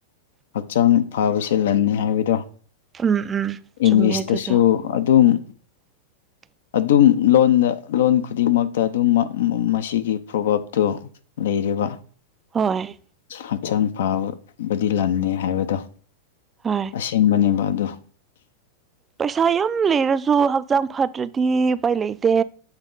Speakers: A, on the left (about 75°); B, on the right (about 20°).
A: ꯍꯛꯆꯥꯡ ꯐꯕꯕꯁꯤꯦ ꯂꯟꯅꯤ ꯍꯥꯏꯕꯗꯣ
B: ꯎꯝ ꯎꯝ
A: ꯏꯪꯂꯤꯁꯇꯁꯨ
B: ꯆꯨꯝꯃꯦ ꯑꯗꯨꯗꯣ
A: ꯑꯗꯨꯝ
B: <inaudible>
A: ꯑꯗꯨꯝ ꯂꯣꯟꯗ ꯂꯣꯟ ꯈꯨꯗꯤꯡꯃꯛꯇ ꯑꯗꯨꯝ ꯃꯁꯤꯒꯤ ꯄ꯭ꯔꯣꯚꯥꯞꯇꯣ ꯂꯩꯔꯤꯕ
B: ꯍꯣꯏ
A: ꯍꯛꯆꯥꯡ ꯐꯕꯗꯤ ꯂꯅꯤꯦ ꯍꯥꯏꯕꯗꯣ
B: ꯍꯣꯏ
A: ꯑꯁꯦꯡꯕꯅꯦꯕ ꯑꯗꯨ
B: ꯄꯩꯁꯥ ꯌꯥꯝ ꯂꯩꯔꯁꯨ ꯍꯛꯆꯥꯡ ꯐꯠꯇ꯭ꯔꯗꯤ ꯎꯄꯥꯏ ꯂꯩꯇꯦ